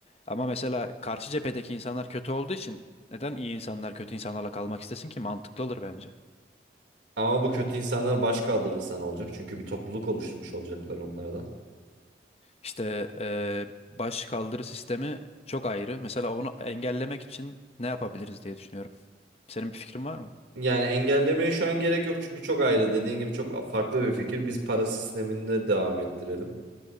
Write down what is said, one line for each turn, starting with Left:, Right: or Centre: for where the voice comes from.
Left: Ama mesela karşı cephedeki insanlar kötü olduğu için neden iyi insanlar kötü insanlarla kalmak istesin ki mantıklı olur bence.
Right: ama bu kötü insanlar baş kaldırırsa ne olacak? Çünkü bir topluluk oluşturmuş olacaklar onlar da.
Left: İşte eee baş kaldırı sistemi çok ayrı. Mesela onu engellemek için ne yapabiliriz diye düşünüyorum. Senin bir fikrin var mı?
Right: Yani engellemeye şu an gerek yok çünkü çok ayrı dediğin gibi çok farklı bir fikir. Biz para sisteminde devam ettirelim.